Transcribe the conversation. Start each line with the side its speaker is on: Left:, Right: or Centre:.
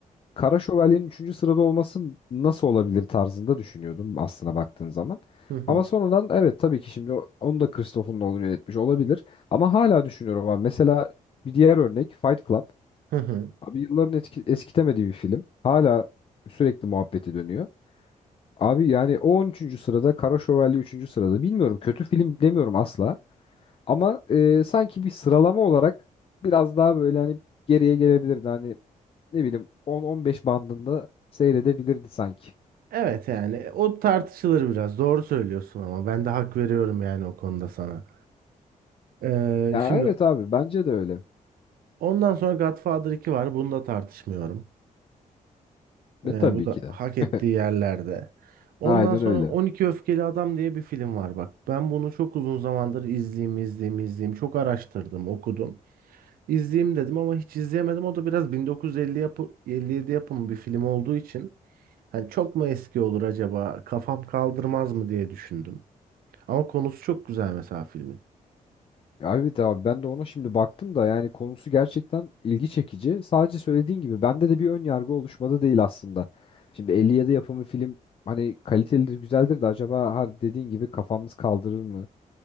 Left: Kara Şövalye'nin üçüncü sırada olması nasıl olabilir tarzında düşünüyordum aslına baktığın zaman.
Right: Hı hı.
Left: Ama sonradan evet tabii ki şimdi onu da Christopher Nolan yönetmiş olabilir. Ama hala düşünüyorum abi. Mesela bir diğer örnek Fight Club.
Right: Hı hı.
Left: Abi yılların etki, eskitemediği bir film. Hala sürekli muhabbeti dönüyor. Abi yani o on üçüncü sırada Kara Şövalye üçüncü sırada. Bilmiyorum kötü film demiyorum asla. Ama e, sanki bir sıralama olarak biraz daha böyle hani geriye gelebilirdi. Hani ne bileyim 10-15 bandında seyredebilirdi sanki.
Right: Evet yani o tartışılır biraz. Doğru söylüyorsun ama ben de hak veriyorum yani o konuda sana. Ee,
Left: Ya
Right: şimdi
Left: evet abi bence de öyle.
Right: Ondan sonra Godfather 2 var. Bunu da tartışmıyorum.
Left: Ve
Right: Ee,
Left: tabii
Right: bu da
Left: ki de.
Right: hak
Left: <laughs>
Right: ettiği yerlerde. Ondan
Left: Aynen
Right: sonra
Left: öyle.
Right: 12 Öfkeli Adam diye bir film var bak. Ben bunu çok uzun zamandır izleyeyim, izleyeyim, izleyeyim. Çok araştırdım, okudum. İzleyeyim dedim ama hiç izleyemedim. O da biraz 1950 yapı, 57 yapımı bir film olduğu için hani çok mu eski olur acaba? Kafam kaldırmaz mı diye düşündüm. Ama konusu çok güzel mesela filmin.
Left: Abi de abi ben de ona şimdi baktım da yani konusu gerçekten ilgi çekici. Sadece söylediğin gibi bende de bir ön yargı oluşmadı değil aslında. Şimdi 57 yapımı film hani kalitelidir, güzeldir de acaba ha dediğin gibi kafamız kaldırır mı?